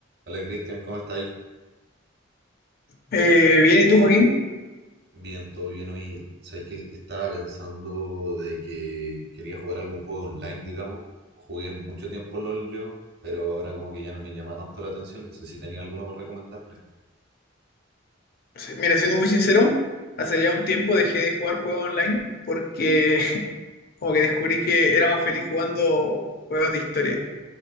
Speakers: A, on the right (about 55°); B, on the left (about 50°).
A: Hola Cristian, ¿cómo estáis?
B: Eh, bien, ¿y tú, Joaquín?
A: Bien, todo bien. Hoy, sabéis que estaba pensando de que quería jugar algún juego online, digamos. Jugué mucho tiempo LOL yo, pero ahora como que ya no me llama tanto la atención. No sé si tenía alguno para recomendarme.
B: Se- Mira, siendo muy sincero, hace ya un tiempo dejé de jugar juegos online porque <laughs> como que descubrí que era más feliz jugando juegos de historia.